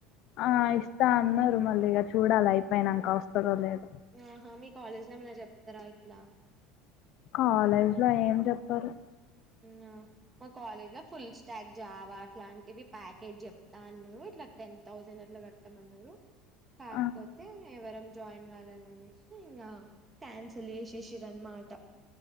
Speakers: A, on the left; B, on the right.
A: ఆ ఇస్తా అన్నారు మళ్ళీ ఇక చూడాలి అయిపోయినాంక వస్తందో లేద
B: ఆహా మీ కాలేజ్ లేమన్నా చెప్తారా ఇట్లా
A: కాలేజ్ లో ఏం చెప్పరు
B: ఉన్న మా కాలేజ్ లో ఫుల్ స్టాగ్ జావా అట్లాంటివి ప్యాకేజ్ చెప్తాన్రు ఇట్లా థౌసండ్ అట్లా కట్టమన్నరు కాకపోతే
A: ఆ
B: ఎవరం జాయిన్ కాలేదని అనేసి ఇంకా క్యాన్సల్ చేసేసిరన్నమాట.